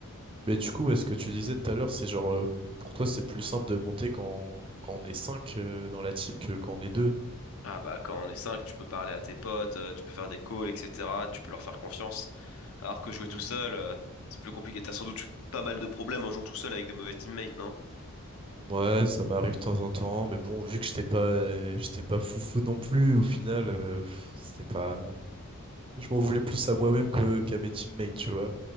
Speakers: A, on the right; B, on the left.
A: Mais du coup, ouais, ce que tu disais tout à l'heure, c'est genre, euh, pour toi c'est plus simple de monter quand, quand on est 5 euh, dans la team que quand on est deux
B: Ah bah quand on est 5, tu peux parler à tes potes, euh, tu peux faire des calls, etc. Tu peux leur faire confiance. Alors que jouer
A: Mm.
B: tout seul, euh, c'est plus compliqué. T'as sans doute eu pas mal de problèmes en jouant tout seul avec des mauvais teammates, non?
A: Ouais, ça m'arrive de temps en temps, mais bon, vu que j'étais pas, j'étais pas foufou non plus, au final, euh, pff, c'était pas. Je m'en voulais plus à moi-même que qu'à mes teammates, tu vois.